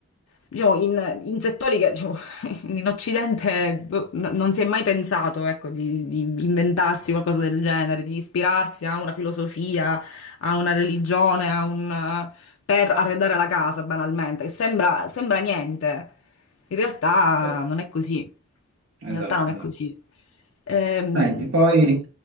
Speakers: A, on the left; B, on the right.
A: diciamo, in, in settori che diciamo, <laughs> in Occidente boh, no- non si è mai pensato, ecco, di, di inventarsi qualcosa
B: Sì.
A: del genere, di ispirarsi a una filosofia, a una religione, a un, per arredare la casa, banalmente, che sembra, sembra niente. In realtà
B: Però-
A: non è così. In
B: Esatto,
A: realtà non è
B: esatto.
A: così. Ehm,
B: Senti, poi